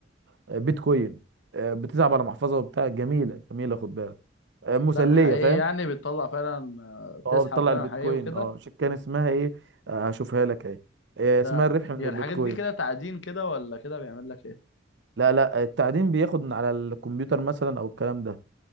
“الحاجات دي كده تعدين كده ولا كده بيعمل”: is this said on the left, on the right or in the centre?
Left